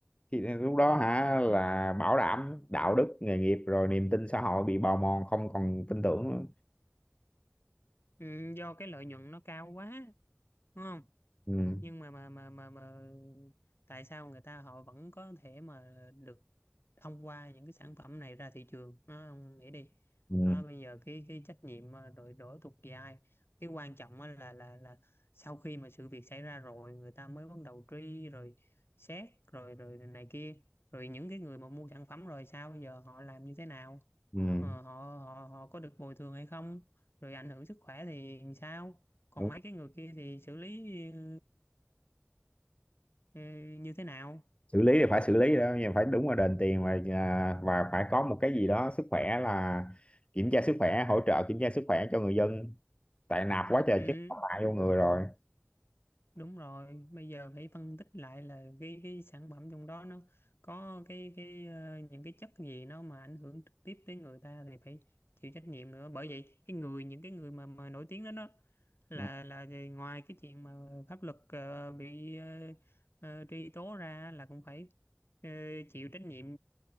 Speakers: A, on the left; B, on the left.
A: thì lúc đó hả là bảo đảm đạo đức nghề nghiệp rồi niềm tin xã hội bị bào mòn không còn tin tưởng nữa
B: ừ, do cái lợi nhuận nó cao quá đúng không
A: ừ.
B: nhưng mà mà mà mà mà tại sao người ta họ vẫn có thể mà được thông qua những cái sản phẩm này ra thị trường nó ông nghĩ đi
A: Ừ.
B: Đó, bây giờ cái cái trách nhiệm mà đội đổ thuộc về ai cái quan trọng á là là là sau khi mà sự việc xảy ra rồi người ta mới bắt đầu truy rồi xét rồi rồi này kia rồi những cái người mà mua sản phẩm rồi sao bây giờ họ làm như thế nào
A: Ừ.
B: Ờ, họ họ họ có được bồi thường hay không rồi ảnh hưởng sức khỏe thì sao còn
A: Ừ.
B: mấy cái người kia thì xử lý ừ, ừ, như thế nào
A: xử lý thì phải xử lý đó nhưng phải đúng là đền tiền và à, và phải có một cái gì đó sức khỏe là kiểm tra sức khỏe hỗ trợ kiểm tra sức khỏe cho người dân tại nạp quá trời
B: ừ.
A: chứ hại vô người rồi
B: Đúng rồi, bây giờ phải phân tích lại là cái cái sản phẩm trong đó nó có cái cái ờ, những cái chất gì nó mà ảnh hưởng trực tiếp tới người ta thì phải chịu trách nhiệm nữa. Bởi vậy cái người những cái người mà mà nổi tiếng đó đó là
A: ừ.
B: là ngoài cái chuyện mà pháp luật ờ, bị ờ, ờ, truy tố ra là cũng phải ờ, chịu trách nhiệm